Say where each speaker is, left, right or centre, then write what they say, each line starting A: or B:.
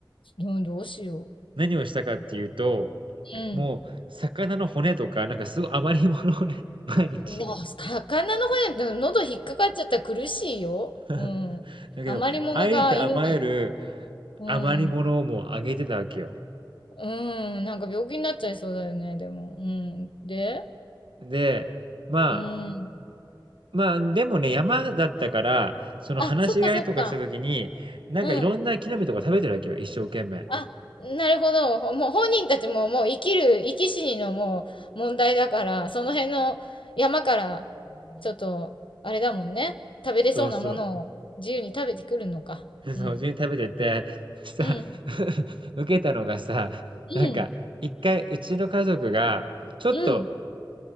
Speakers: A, on the left; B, on the right.
A: うん、どうしよ
B: 何をしたかっていうと、
A: う。うん。
B: もう魚の骨とか、なんかすごい余り物をね、<laughs> 毎日。
A: でも、魚の方やと喉引っかかっちゃったら苦しいよ。
B: <laughs> だ
A: うん。
B: けど、
A: 余り物が犬に。
B: ありとあまゆる
A: うん。
B: 余り物をもうあげてたわけよ。
A: うーん、なんか病気になっちゃいそうだよね、でも。うん。で
B: うん。で、ま
A: うーん。
B: まあ、でもね、山だったから、その放し飼いとかした時に、
A: あ、そっかそっか。
B: なんかいろんな木の実とか食べてるわけよ、
A: うん。
B: 一生懸命。
A: あ、なるほど。ほもう本人たちももう生きる、生き死にのもう問題だから、その辺の山から、ちょっと、あれだもんね。食べれそうなものを自由に食べてくるのか。
B: そうそう。<laughs> そう、
A: うん。
B: 自分に食べてて、さ、
A: うん。
B: <laughs> 受けたのがさ、
A: うん。
B: なんか、一回うちの家族が、ちょっと
A: うん。